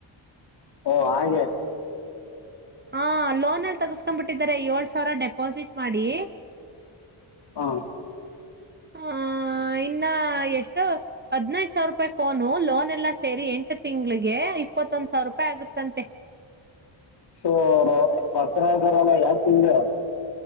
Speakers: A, on the left (about 55°); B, on the right (about 25°).
A: ಓ ಹಾಗೆ
B: ಹಾ ಲೋನ್ಲ್ಲಿ ತಗಸ್ಕೊಂಡ್ಬಿಟ್ಟಿದ್ದಾರೆ ಏಳ್ ಸಾವಿರ ಡೆಪಾಸಿಟ್ ಮಾಡಿ
A: ಹಾ
B: ಆ ಇನ್ನ ಎಷ್ಟೋ ಹದ್ನೈದು ಸಾವಿರ ರೂಪಾಯಿ ಫೋನು ಲೋನ್ ಎಲ್ಲಾ ಸೇರಿ ಎಂಟು ತಿಂಗ್ಳಿಗೆ ಇಪ್ಪತ್ತೊಂದ್ ಸಾವಿರ ರೂಪಾಯಿ ಆಗುತ್ತಂತೆ
A: ಸೊ ನ ಬಕ್ರ ಬರಲ್ಲ ಯಾವ ತಿಂಗಗೆ